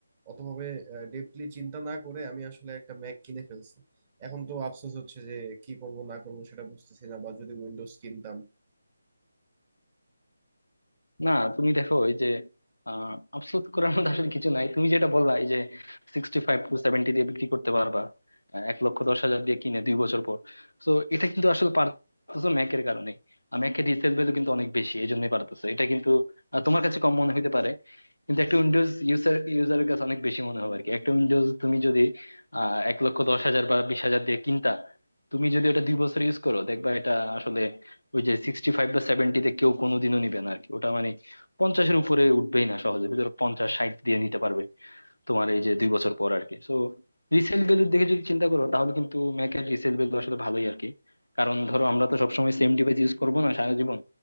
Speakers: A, on the right; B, on the left.
A: অতভাবে ডেপলি চিন্তা না করে আমি আসলে একটা ম্যাক কিনে ফেলছি এখন তো আফসোস হচ্ছে যে কি করব না করব সেটা বুঝতেছি না বা যদি উইন্ডোজ কিনতাম
B: না তুমি দেখো এই যে আহ আফসোস করার মধ্যে আসলে কিছু নাই তুমি যেটা বললা এই যে সিক্সটি ফাইভ টু সেভেন্টি দিয়ে বিক্রি করতে পারবা আহ, এক লক্ষ দশ হাজার দিয়ে কিনে দুই বছর পর তো এটা কিন্তু আসলে পারতেছো ম্যাকের কারণে ম্যাকের রিসেল ভ্যালু কিন্তু অনেক বেশি এই জন্যই পারতেছো এটা কিন্তু আহ, তোমার কাছে কম মনে হতে পারে কিন্তু একটা উইন্ডোজ ইউজার ইউজারের কাছে অনেক বেশি মনে হবে আর কি একটা উইন্ডোজ তুমি যদি আহ এক লক্ষ দশ হাজার বা বিশ হাজার দিয়ে কিনতা তুমি যদি ওটা দুই বছর ইউজ করো দেখবা এটা আসলে ওই যে সিক্সটি ফাইভ বা সেভেন্টিতে কেউ কোনোদিনও নিবে না আরকি ওটা মানে পঞ্চাশের উপরে উঠবেই না সহজে ধরো পঞ্চাশ ষাট দিয়ে নিতে পারবে তোমার এই যে দুই বছর পর আরকি সো রিসেল ভ্যালুর দিকে যদি চিন্তা করো তাহলে কিন্তু ম্যাকের রিসেল ভ্যালু আসলে ভালোই আরকি কারণ ধরো আমরা তো সবসময় সেম ডিভাইস ইউজ করবো না সারা জীবন